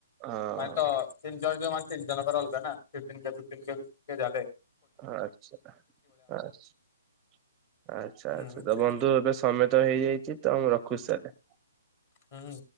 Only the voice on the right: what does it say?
ହଁ
ଆଚ୍ଛା ଆଚ୍ଛା। ଆଚ୍ଛା
ଆଚ୍ଛା ତ
ବନ୍ଧୁ ଏବେ ସମୟ ତ ହେଇଯାଇଛି ତ ମୁଁ ରଖୁଛି ତାହେଲେ।